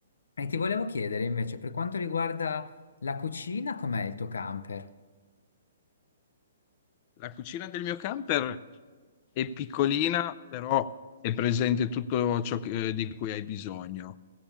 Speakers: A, on the left; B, on the left.
A: E ti volevo chiedere invece, per quanto riguarda la cucina, com'è il tuo camper?
B: La cucina del mio camper è piccolina, però è presente tutto ciò che- eh, di cui hai bisogno.